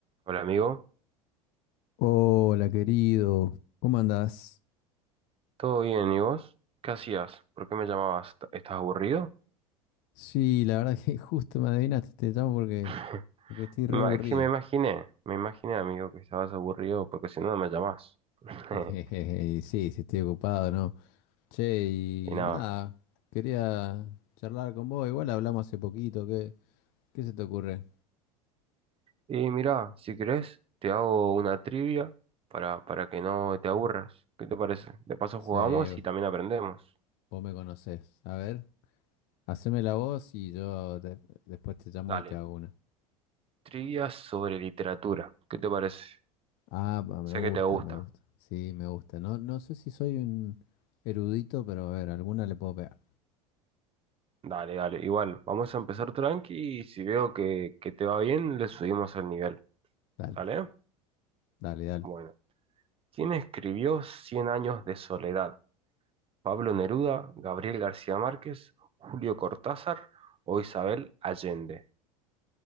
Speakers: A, on the right (about 30°); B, on the left (about 55°).
A: Hola amigo,
B: Hola, querido. ¿Cómo andás?
A: ¿todo bien? ¿Y vos? ¿Qué hacías? ¿Por qué me llamabas? ¿Est- ¿Estás aburrido?
B: Sí, la verdad <laughs> que justo me adivinaste, te llamo porque,
A: <laughs>
B: porque estoy re
A: Ma-
B: aburrido.
A: Es que me imaginé, me imaginé amigo que estabas aburrido porque si no no me llamás. <laughs>
B: <laughs> Jejeje, Sí, sí, estoy ocupado, ¿no? Che, y
A: Y nada.
B: nada, quería charlar con vos. Igual hablamos hace poquito, ¿qué, qué se te ocurre?
A: Y mira, si querés, te hago una trivia para, para que no te aburras. ¿Qué te parece? De paso
B: Sí,
A: jugamos y también aprendemos.
B: vos me conocés. A ver, haceme la voz y yo te- después te llamo
A: Dale,
B: y te hago una.
A: trivia sobre literatura. ¿Qué te parece?
B: Ah, pa, me
A: Sé
B: gusta,
A: que te gusta.
B: me gusta. Sí, me gusta. No, no sé si soy un erudito, pero a ver, alguna le puedo pegar.
A: Dale, dale. Igual, vamos a empezar tranqui y si veo que, que te va bien, le subimos el nivel.
B: Dale,
A: ¿Dale?
B: dale, dale.
A: Bueno, ¿quién escribió Cien años de soledad? ¿Pablo Neruda, Gabriel García Márquez, Julio Cortázar o Isabel Allende?